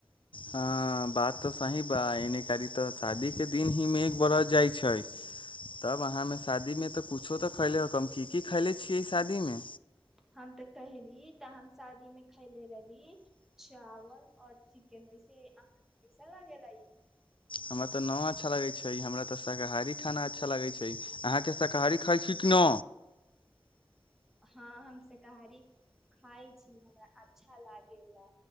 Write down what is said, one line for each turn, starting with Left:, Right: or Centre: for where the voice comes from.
Left: हँ बात तऽ सही बा एने कारी तऽ शादीके दिन ही मेघ बरस जाइ छै तब अहाँमे शादीमे तऽ कुछो तऽ खैले हकम की की खैले छियै शादीमे
Centre: हम तऽ कहली तऽ हम शादी मे खैले रहली चावल और चिकेन वैसे अहाँके कैसा लागेला इ
Left: हमरा तऽ न अच्छा लगैत छै हमरा तऽ शाकाहारी खाना अच्छा लगैत छै अहाँके शाकाहारी खाइ छी कि न
Centre: हँ हम शाकाहारी खाइ छी हमरा अच्छा लागेला